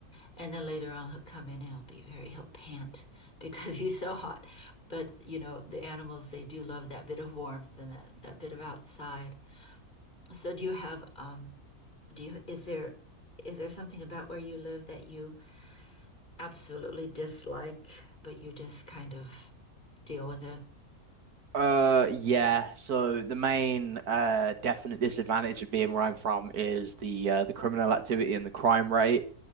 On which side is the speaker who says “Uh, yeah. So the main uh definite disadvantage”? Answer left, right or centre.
Right